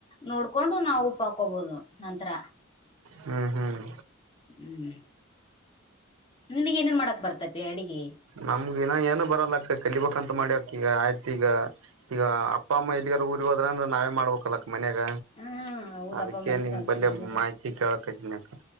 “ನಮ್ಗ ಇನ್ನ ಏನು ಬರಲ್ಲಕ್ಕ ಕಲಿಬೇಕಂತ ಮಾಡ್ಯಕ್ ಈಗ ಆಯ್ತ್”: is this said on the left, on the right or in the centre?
Right